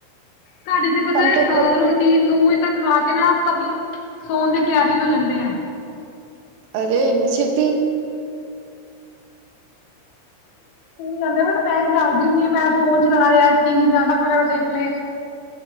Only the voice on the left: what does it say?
ਸਾਡੀ ਤੇ ਪਤਾ
ਅ ਰੋਟੀ ਨੋਹ ਵਜੇ ਤੱਕ ਖਾ ਕੇ ਨਾਂ ਸਭ, ਸੋਣ ਦੀ ਤਿਆਰੀ ਹੋ ਜਾਂਦੇ ਐ।
ਜਾਂ ਬਟ <inaudible> ਮੈਂ ਜਾਗਦੀ ਹੁੰਦੀ ਮੈਂ ਫੋਨ ਚਲਾ ਲਿਆ, ਟੀ ਵੀ, ਨਾਟਕ ਵਗੈਰਾ ਦੇਖ ਲੇ।